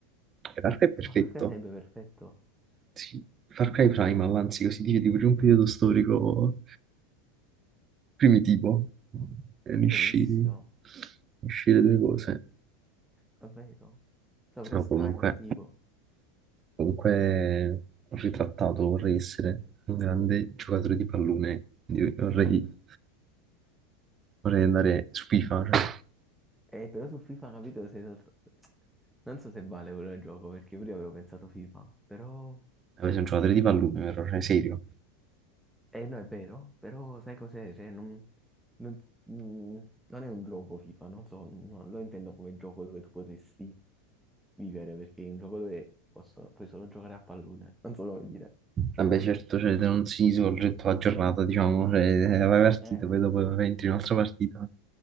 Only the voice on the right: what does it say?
E Far Cry è perfetto,
sì. Far Cry Primal, anzi, così dice, di un periodo storico primitivo. E unisci,
unisci le due cose.
No,
comunque,
comunque ritrattato vorrei essere un grande giocatore di pallone. Quindi Vorrei, vorrei andare su FIFA, cioè,
vorrei essere un giocatore di pallone, però, cioè, serio.
Vabbè, certo, cioè, non si svolge tutta la giornata, diciamo, cioè, vai partita,
poi dopo entri in un'altra partita.